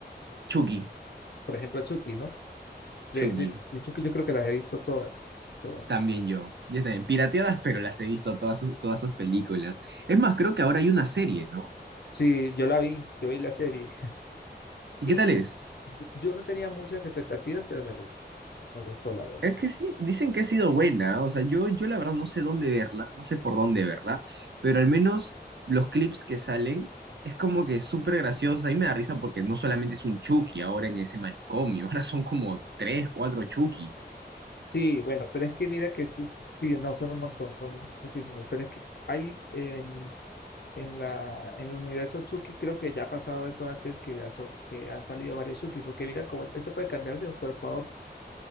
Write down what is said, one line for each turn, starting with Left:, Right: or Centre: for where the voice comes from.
Right: Chucky,
Left: Por ejemplo, Chucky, ¿no? De,
Right: Chucky,
Left: de, de Chucky yo creo que las he visto todas, todas.
Right: también yo, yo también, pirateadas, pero las he visto todas sus, todas sus películas. Es más, creo que ahora hay una serie, ¿no?
Left: Sí, yo la vi, yo vi la serie.
Right: ¿Y
Left: Y
Right: qué tal es?
Left: yo no tenía muchas expectativas, pero me gustó, me gustó la verdad.
Right: Es que sí, dicen que ha sido buena, o sea, yo, yo la verdad no sé dónde verla, no sé por dónde verla, pero al menos los clips que salen es como que súper gracioso, a mí me da risa porque no solamente es un Chucky ahora en ese manicomio, <laughs> ahora son como tres, cuatro Chuckys.
Left: Sí, bueno, pero es que mira que sí, sí, no son un montón, son muchísimos. Pero es que hay, eh, En la, en el universo Tsuki creo que ya ha pasado eso antes que, ha so- que han salido varios Tsuki, porque mira cómo él se puede cambiar de un cuerpo a otro,